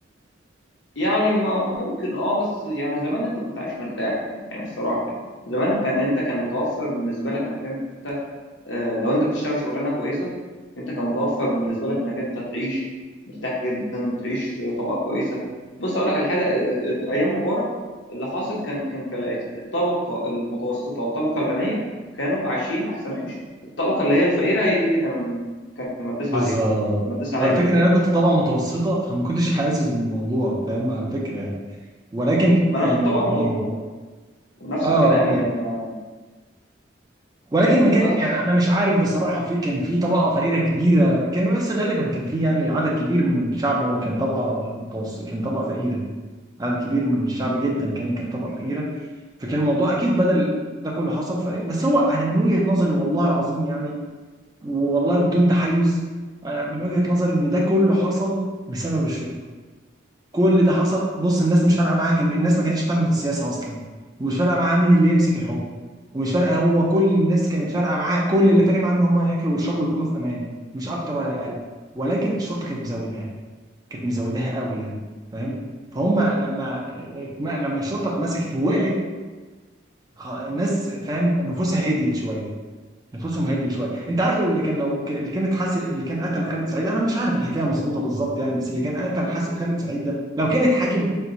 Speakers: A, on the left; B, on the right.
A: يعني م- ممكن اه بس يعني زمان انت كنت عايش مرتاح يعني الصراحه يعني زمان كان انت كان متوفر بالنسبه لك انك انت آه، لو انت بتشتغل شغلانه كويسه انت كان متوفر بالنسبه لك انك انت تعيش مرتاح جدا وتعيش في طبقه كويسه بص اقول لك على حاجه آه، آه، آه، ايام مبارك اللي حاصل كان كان كالاتي الطبقه المتوسطه والطبقه الغنيه كانوا عايشين احسن عيشه الطبقه اللي هي الفقيره هي دي اللي كان كان مدس
B: بالظبط
A: عليها كان مدس عليها
B: هو الفكرة
A: جامد
B: إن أنا كنت طبعا متوسطة فما كنتش حاسس بالموضوع فاهم على فكرة يعني ولكن
A: ما
B: يعني
A: انا كنت طبقه
B: يعني
A: متوسطه ونفس
B: آه
A: الكلام يعني
B: آه.
A: انا
B: ولكن
A: فاهمني
B: ما كان
A: بس
B: يعني أنا مش عارف بصراحة في كان في طبقة فقيرة كبيرة كان بس غالبا كان في يعني عدد كبير من الشعب هو كان طبقة متوسط كان طبقة فقيرة عدد كبير من الشعب جدا كمان كان طبقة فقيرة فكان الموضوع اكيد بدل ده كله حصل ف... بس هو انا من وجهة نظري والله العظيم يعني والله بدون تحيز انا من وجهة نظري ان ده كله حصل بسبب الشركه كل ده حصل بص الناس مش فارقه معاها كان الناس ما كانتش فاهمه في السياسه اصلا ومش فارقه معاها مين اللي يمسك الحكم ومش فارقه هو كل الناس كانت فارقه معاها كل اللي فارق معاها ان هم ياكلوا ويشربوا ويكونوا في امان مش اكتر ولا اقل ولكن الشرطه كانت مزوداها كانت مزوداها قوي يعني فاهم فهم لما لما الشرطه اتمسكت ووقعت خ- الناس فاهم نفوسها هديت شويه نفوسهم هديت شويه انت عارف اللي كان لو ك- اللي كانت حاسب اللي كان قتل خالد سعيد انا مش عارف الحكايه مظبوطه بالظبط يعني بس اللي كان قتل حاسب خالد سعيد ده لو كانت حاكم